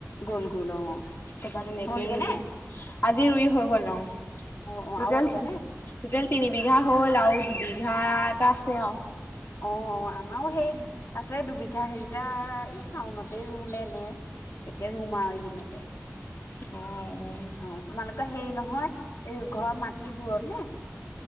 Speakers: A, on the left; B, on the left.
A: গ'ল গ'ল অ
B: তাৰপা তেনেকেই
A: হ'লগে
B: ৰুলো।
A: নে
B: আজি ৰুই হৈ গ'ল অ'।
A: অ অ
B: তোটেল
A: আৰু আছে নে
B: টোটেল তিনি বিঘা হ'ল আৰু দুবিঘা এটা আছে আৰু।
A: অ', অ', আমাৰো সেই আছে দুবিঘা হেৰিটে এই শাওনতেই ৰুই নে কেতিয়া ৰুম আৰু এইদিনতে।
B: অ', অ'।
A: অ', তোমালোকৰ হেৰি নহয় এই ঘৰ মাটিৰ দূৰত নে?